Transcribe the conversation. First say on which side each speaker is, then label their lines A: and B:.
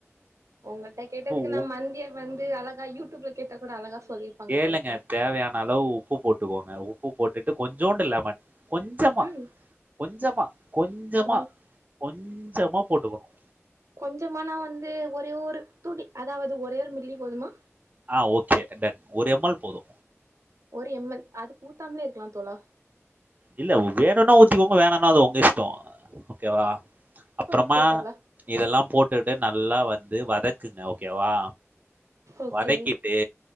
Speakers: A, on the right; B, on the right.
A: ஒங்கள்ட்ட கேட்டதுக்கு
B: உ
A: நா மந்திய வந்து அழகா யூடியூப்ல கேட்ட கூட அழகா சொல்லியிருப்பாங்க
B: கேளுங்க
A: பொலத்தோழா
B: தேவையான அளவு உப்பு போட்டுக்கோங்க உப்பு போட்டுட்டு கொஞ்சோண்டு லெமன் கொஞ்சமா
A: ம்
B: கொஞ்சமா கொஞ்சமா
A: கொஞ்
B: கொஞ்சமா போட்டுக்குணு
A: கொஞ்சமானா வந்து ஒரே ஒரு தூளி அதாவது ஒரே ஒரு மில்லி போதுமா
B: ஆ ஓகே டன் ஒரு எம்எல் போது
A: ஒரு எம்எல் அதுக் ஊத்தாமலே இருக்கலா தோழா
B: இல்ல வேணுனா ஊத்திக்கோங்க வேணானா அது உங்க இஷ்ட ஓகேவா அப்றமா
A: ஓகே தோழா
B: இதெல்லா போட்டுட்டு நல்லா வந்து வதக்குங்க ஓகேவா
A: ஓகே
B: வதக்கி ட்டு